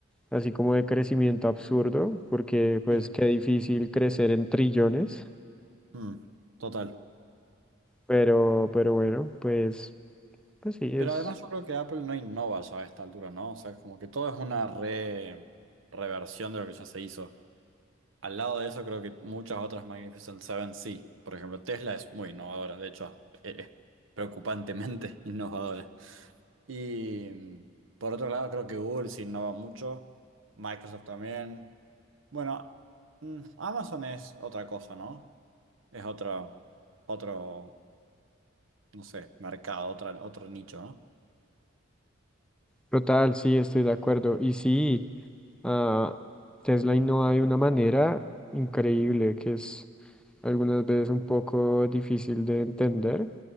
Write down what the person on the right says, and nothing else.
sí.
Mm, total.
Pero además yo creo que Apple no innova ya a esta altura, ¿no? O sea, es como que todo es una re- reversión de lo que ya se hizo. Al lado de eso, creo que muchas otras Magnificent Seven sí. Por ejemplo, Tesla es muy innovadora, de hecho, e- es preocupantemente <laughs> innovadora. Y mm, por otro lado, creo que Google sí innova mucho, Microsoft también. Bueno, mm, Amazon es otra cosa, ¿no? Es otro, otro, no sé, mercado, otra, otro nicho, ¿no?